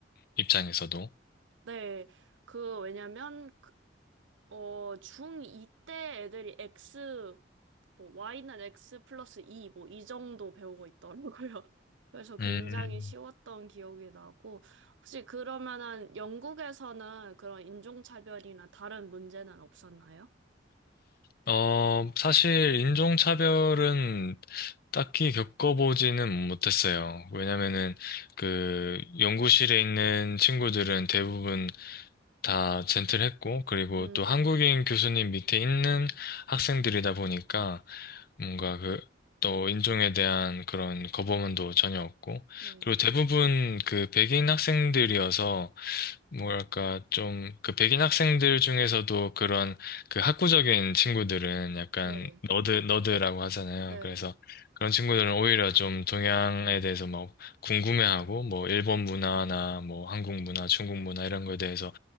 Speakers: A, on the left; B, on the right.
A: 입장에서도.
B: 네, 그, 왜냐면, 그, 어, 중2 때 애들이 X, 뭐, Y는 X 플러스 2, 뭐, 이 정도 배우고 있더라고요. <laughs> 그래서 굉장히
A: 음.
B: 쉬웠던 기억이 나고, 혹시 그러면은 영국에서는 그런 인종차별이나 다른 문제는 없었나요?
A: 어, 사실 인종차별은 딱히 겪어보지는 못했어요. 왜냐면은 그 연구실에 있는 친구들은 대부분 다 젠틀했고, 그리고
B: 음,
A: 또 한국인 교수님 밑에 있는 학생들이다 보니까 뭔가 그, 또 인종에 대한 그런 거부감도 전혀 없고,
B: 네.
A: 그리고 대부분 그 백인 학생들이어서 뭐랄까, 좀, 그 백인 학생들 중에서도 그런 그 학구적인 친구들은 약간
B: 네,
A: 너드, 너드라고 하잖아요.
B: 네.
A: 그래서 그런 친구들은 오히려 좀 동양에 대해서 막 궁금해하고, 뭐, 일본 문화나 뭐, 한국 문화, 중국 문화 이런 거에 대해서